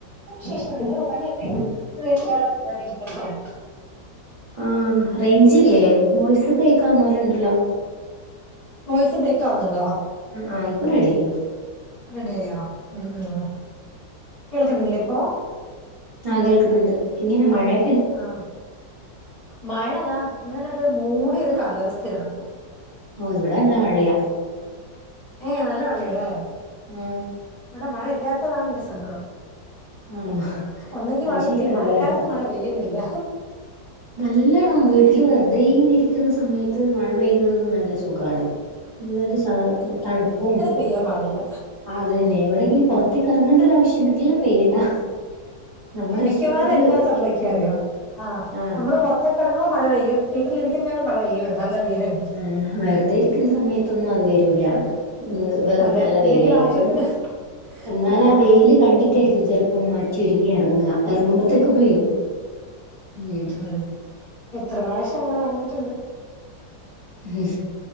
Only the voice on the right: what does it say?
ആ റൈൻജില്ലേ വോയിസ്‌ ബ്രേക്കാ വുന്നോലണ്ടല്ലോ
ആ യിപ്പൊ റെഡിയായി
ആഹ് കേൾക്ന്ന്‌ണ്ട് ഇങ്ങനെ മഴയെ
ഓഹ് ഇവിടെ നല്ലമഴയാ
ഉം
ആണോ
അത്
ശരിയാല്ലേ
നല്ലണം വീട്ടിൽ വെറുതെങ്ങനെ ഇരിക്കുന്ന സമയത്ത് മഴ പെയ്യുന്നത് നല്ല സുഖാ ണ് നല്ലരു സ തണുപ്പും
ആ അതന്നെ എവിടെയെങ്കിലും പുറത്തേക്ക് ഇറങ്ങേണ്ട ഒരു ആവശ്യണ്ടെങ്കിൽ പെയ്യണ്ട. നമ്മളെ
ഇഷ്ടത്തിന്
ഉം
ആഹ്
ഉം വെറുതെരിക്കുന്ന സമയത്തൊന്നും അത് വരൂല. വെറും
നല്ല വെയിലായിരിക്കും
എന്നാൽ
ആ വെയില് കണ്ടി. രിക്കും ചിലപ്പോം മാറ്റി ഒരുങ്ങി ഇറങ്ങ ഇറങ്ങുമ്പത്തേക് പെയ്യും ഉം
ഉം